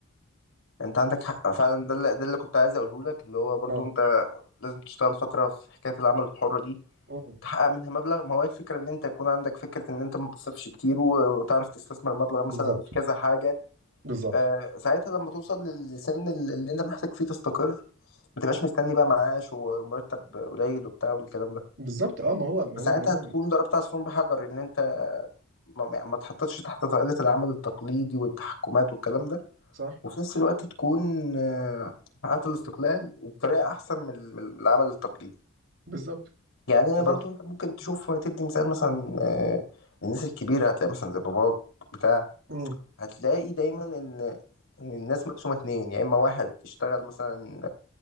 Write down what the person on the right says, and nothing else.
اه
مم.
بالظبط
بالظبط
بالظبط اه ما هو ما
هو عموما
صح
بالظبط
بالظبط
امم